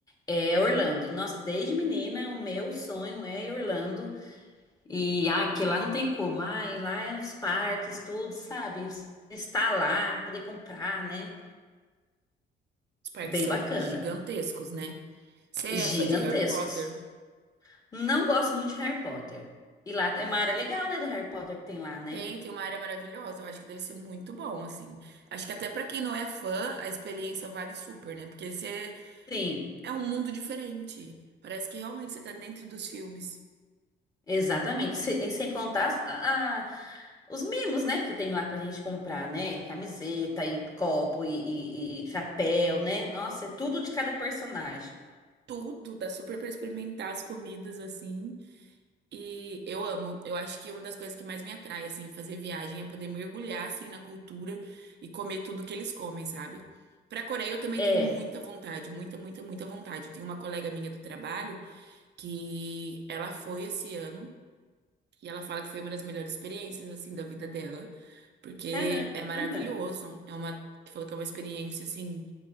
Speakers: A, on the left (about 20°); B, on the right (about 60°).
A: é Orlando. Nossa, desde menina, o meu sonho é ir Orlando. E, ah, porque lá não tem como. Ah, e lá é os parques, tudo, sabe? Estar lá, poder comprar, né?
B: Os parques
A: É Bem
B: são
A: bacana.
B: gigantescos, né? Você é
A: Gigantescos.
B: fã de Harry Potter?
A: Não gosto muito de Harry Potter. E lá é uma área legal, né, do Harry Potter que tem lá, né?
B: Tem, tem uma área maravilhosa. Eu acho que deve ser muito bom, assim. Acho que até pra quem não é fã, a experiência vale super, né? Porque você
A: Sim,
B: É um mundo diferente. Parece que realmente você tá dentro dos filmes.
A: exatamente. Se- E sem contar as- a- a- os mimos, né, que tem lá pra gente comprar, né? Camiseta e copo e, e- e chapéu, né? Nossa, é tudo de cada personagem.
B: Tudo dá super pra experimentar as comidas assim. E eu amo. Eu acho que uma das coisas que mais me atrai assim, fazer viagem é poder mergulhar assim na cultura e comer tudo que eles comem, sabe? Pra Coreia eu também
A: É,
B: tenho muita vontade, muita, muita, muita vontade. Eu tenho uma colega minha do trabalho que ela foi esse ano e ela fala que foi uma das melhores experiências assim da vida dela, porque
A: caramba.
B: é maravilhoso. É uma que falou que é uma experiência assim